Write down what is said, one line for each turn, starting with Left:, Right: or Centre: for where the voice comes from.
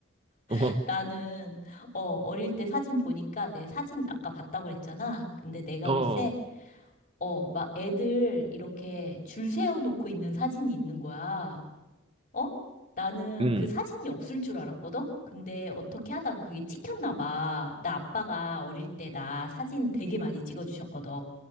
Right: 어,
Left: <laughs>
Right: 어,
Left: 나는 어 어릴 때 사진 보니까 내 사진 아까 봤다고 그랬잖아. 근데 내가
Right: 어,
Left: 글쎄 어 막 애들 이렇게 줄 세워 놓고 있는 사진이 있는 거야. 어? 나는
Right: 응,
Left: 그 사진이 없을 줄 알았거든? 근데 어떻게 하다가 그게 찍혔나 봐. 나 아빠가 어릴 때 나 사진 되게 많이 찍어주셨거든.